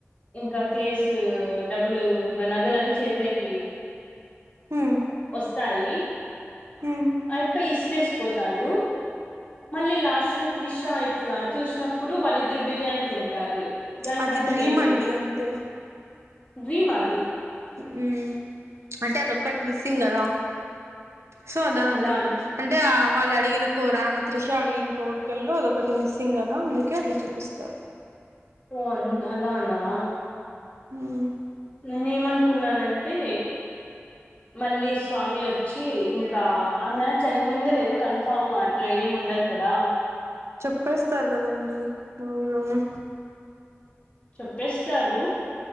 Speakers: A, on the left; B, on the right.
A: ఇంకా కేసు డబ్బులు ఇంకా నగలన్నీ చేతిలేకి
B: మ్మ్
A: వస్తాయి
B: మ్మ్
A: అయప్ప ఇసిరేసి పోతాడు మళ్ళీ లాస్ట్లో త్రిషా ఇట్లా చూసినప్పుడు వాళ్ళిద్దరు బిర్యానీ తింటారు దానికి
B: అది
A: అర్థం
B: డ్రీమ్
A: ఏం
B: అండి అంతే
A: ద్వి మా
B: ఉమ్మ్ అంటే అదొక్కటి మిస్సింగ్ కదా సో దాన్ని
A: అలానా
B: అంటే ఆ వాళ్ళు అడిగిన కో ఆమె త్రిష అడిగిన కోరికల్లో అదొకటి మిస్సింగ్ కదా అందుకే అట్లా చూపిస్తారు
A: ఓన్ అలానా
B: ఉమ్మ్
A: నేనే ఎమనుకున్నానంటే మళ్ళీ స్వామి వచ్చి ఇంకా ఆమె చనిపోయిందో లేదో కన్ఫామ్ అట్లా ఏమి ఉండదు కదా
B: చెప్పేస్తారు కదండి మూవీలోనే
A: చెప్పేస్తారు